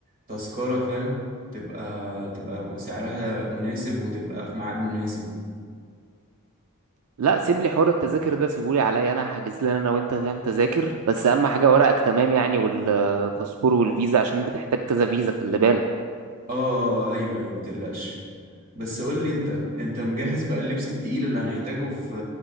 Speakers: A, on the right; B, on the right.
A: تذكرة فاهم تبقى تبقى سعرها مناسب وتبقى في ميعاد مناسب
B: لا سيب لي حوار التذاكر ده سيبولي عليا انا هحجز لنا انا وانت فاهم تذاكر بس اهم حاجة ورقك تمام يعني والباسبور والفيزا عشان بتحتاج كذا فيزا خلي بالك
A: اه آه، آه، ايوه ايوه متقلقش بس قول لي انت انت مجهز بقى اللبس التقيل اللي هنحتاجه في